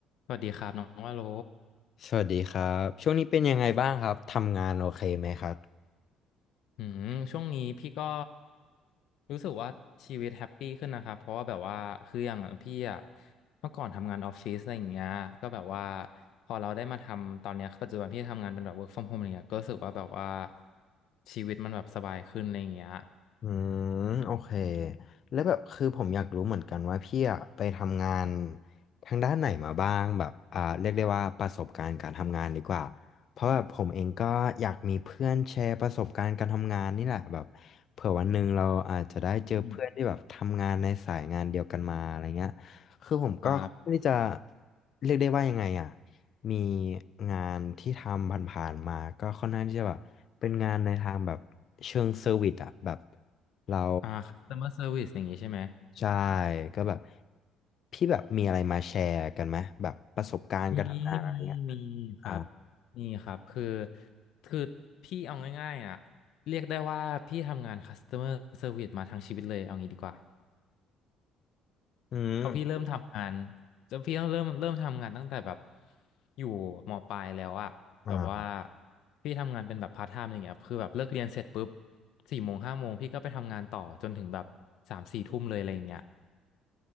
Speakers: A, on the left; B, on the left.
A: สวัสดีครับน้องว่าโล
B: สวัสดีครับช่วงนี้เป็นยังไงบ้างครับทำงานโอเคไหมครับ
A: อืมช่วงนี้พี่ก็รู้สึกว่าชีวิตแฮปปี้ขึ้นนะครับเพราะว่าแบบว่าคืออย่างพี่อะเมื่อก่อนทำงานออฟฟิศอะไรอย่างเงี้ยก็แบบว่าพอเราได้มาทำตอนเนี้ยปัจจุบันพี่ทำงานเป็นแบบ work from home อะไรเงี้ยก็รู้สึกว่าแบบว่าชีวิตมันแบบสบายขึ้นอะไรอย่างเงี้ย
B: อืมโอเคแล้วแบบคือผมอยากรู้เหมือนกันว่าพี่อะไปทำงานทางด้านไหนมาบ้างแบบอ่าเรียกได้ว่าประสบการณ์การทำงานดีกว่าเพราะแบบผมเองก็อยากมีเพื่อนแชร์ประสบการณ์การทำงานนี่แหละแบบเผื่อวันหนึ่งเราอาจจะได้เจอเพื่อนที่แบบทำงานในสายงานเดียวกันมาอะไรเงี้ย
A: อืม
B: คือผมก็ไม่ได้จะ
A: ครับ
B: เรียกได้ว่ายังไงอ่ะ มีงานที่ทำผ่านๆมาก็ค่อนข้างที่จะแบบเป็นงานในทางแบบเชิงเซอร์วิสอะแบบเรา
A: อ่า customer service อย่างงี้ใช่ไหม
B: ใช่ก็แบบพี่แบบมีอะไรมาแชร์กันไหมแบบประสบการณ์การทำงานอะไรเงี้ย
A: มีมีมีครับ
B: อ่า
A: มีครับคือคือพี่เอาง่ายๆอ่ะเรียกได้ว่าพี่ทำงาน customer service มอร์เซอร์วิสมาทั้งชีวิตเลยเอางี้ดีกว่า
B: อืม
A: เขาพี่เริ่มทำงานจะพี่ต้องเริ่มเริ่มทำงานตั้งแต่แบบอยู่มปลายแล้วอะแบบว่า
B: อ่า
A: พี่ทำงานเป็นแบบพาร์ทไทม์อะไรเงี้ยคือแบบเลิกเรียนเสร็จปุ๊บสี่โมงห้าโมงพี่ก็ไปทำงานต่อจนถึงแบบสามสี่ทุ่มเลยอะไรอย่างเงี้ย